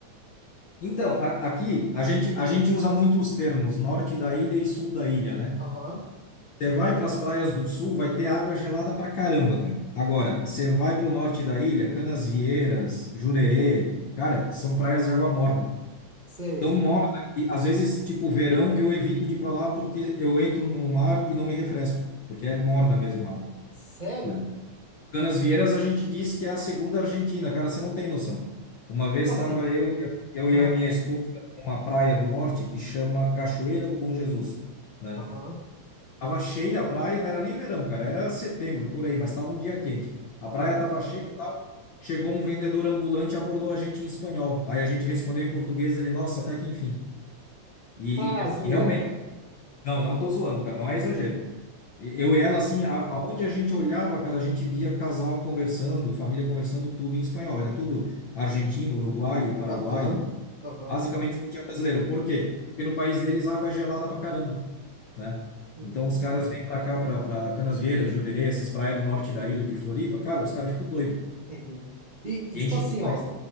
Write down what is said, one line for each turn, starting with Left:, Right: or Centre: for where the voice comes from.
Left: Então, a- aqui a gente, a gente usa muito os termos norte da ilha e sul da ilha, né?
Right: Aham,
Left: Você vai para as praias do sul, vai ter água gelada pra caramba, cara. Agora, você vai para o norte da ilha, Canasvieiras, Jurerê, cara, são praias de água morna.
Right: sei.
Left: tão morna que às vezes, tipo, verão eu evito de ir para lá porque eu entro no mar e não me refresco, porque é morna mesmo a água,
Right: Sério?
Left: né? Canasvieiras a gente diz que é a segunda Argentina, cara, você não tem noção. Uma vez
Right: Tipo
Left: estava
Right: assim,
Left: eu e a, eu
Right: ah,
Left: e a minha esposa numa praia do norte que chama Cachoeira do Bom Jesus, né?
Right: aham,
Left: Tava cheia a praia, não era nem verão, cara, era setembro por aí, mas estava um dia quente. A praia
Right: uhum.
Left: tava cheia e tal. Chegou um vendedor ambulante e abordou a gente em espanhol. Aí a gente respondeu em português, ele, nossa, até que enfim. E,
Right: Ah, zoeira,
Left: e realmente,
Right: cara.
Left: não, não tô zoando, cara, não é exagero. E- Eu e ela,
Right: Ah,
Left: assim, a- aonde a gente olhava, cara, a gente via casal conversando, família conversando, tudo em espanhol. Era tudo argentino, uruguaio, paraguaio.
Right: Aham, aham,
Left: Basicamente não tinha brasileiro. Por quê? Porque no país deles a água é gelada pra caramba, né?
Right: uhum,
Left: Então os caras vêm pra cá, pra, pra Canasvieiras, Jurerê, essas praias do norte da ilha de Floripa, cara, os caras ficam doidos.
Right: uhum. E, e
Left: E
Right: tipo
Left: enchem
Right: assim,
Left: demais.
Right: ó,